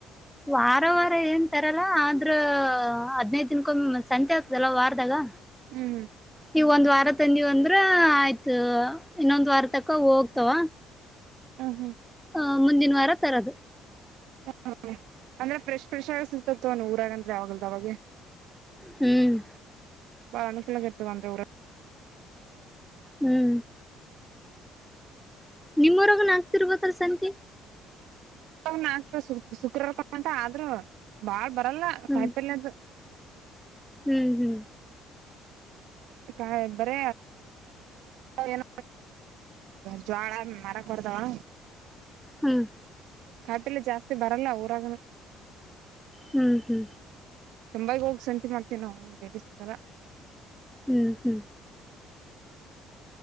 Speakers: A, in the centre; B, on the right (about 60°).
A: ವಾರ ವಾರ ಏನ್ ತರ ಅಲ್ಲ ಆದ್ರ ಹದ್ದ್ ದಿನಕೊ ಸಂತೆ ಆಗ್ತದಲ್ಲ ವಾರದಾಗ
B: ಹ್ಮ್ ಹ್ಮ್
A: ನೀವ ಒಂದ್ ವಾರ ತಂದಿವ ಅಂದ್ರ ಆಯ್ತು ಇನ್ನೊಂದ್ ವಾರ ತಕ್ಕ ಹೋಗ್ತಾವ
B: ಹ್ಮ ಹ್ಮ್
A: ಹ ಮುಂದಿನ ವಾರ ತರದು
B: ಹ ಅಂದ್ರ ಫ್ರೆಶ್ಫ್ರೆಶ ಆಗ ಸಿಗ್ತತ್ವ ನೀ ಊರಾಗಂದ್ರೆ ಅವಲ್ದ ಅವಾಗೆ
A: ಹ್ಮ್
B: ಬಾನಸಲ ಕೆತ್ತುುವಂದ್ರೆ ಉಊರ
A: ಹ್ಮ್ ನಿಮ್ಮ್ವರಗನ್ ಆಗ್ತಿರ್ಬೇಕಲ್ ಸಂಖೆ
B: ನ ಶುಕ್ರವಾರ್ಕಂತ ಆದ್ರರು ಬಾಳ್ ಬರ್ ಇಲ್ಲ
A: ಹ್ಮ್
B: ತಾಯಪರಯದು
A: ಹ್ಮ್ ಹ್ಮ್
B: ಕಾಯ್ದ್ರ ಏನ ಜ್ಳ ಮರಕ್ ಕೊಡದಾವ
A: ಹ್ಮ್
B: ಕಾಪಲೆ ಜಾಸ್ತಿ ಬರಲ್ಲ ಊರಾಗನ
A: ಹ್ಮ್ ಹ್ಮ್
B: ಕೆಂಬಾಗಿ ಹೋಗ್ ಸಂತಿ ಮಾಡ್ತೇವಿ ನಾವು ಇಸ್ದಲ್ಲ
A: ಹ್ಮ್ ಹ್ಮ್